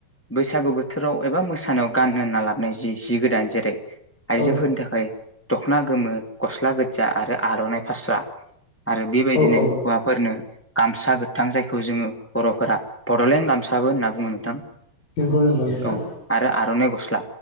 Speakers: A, in the centre; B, on the left.
A: बैसागु बोथोराव एबा मोसानायाव गाननो होनना लाबनाय जि जि गोदान जेरै आइजोफोरनि
B: औ
A: थाखाय दखना गोमो गस्ला गोजा आरो आरनाइ फास्रा आरो बेबायदिनो
B: औ औ
A: हौवाफोरनो गामसा गोथां जायखौ जोङो बरफोरा बडलेण्ड गामसाबो होनना बुङो नोंथां
B: नोंगौ नोंगौ नोंथां
A: औ आरो आर'नाइ गस्ला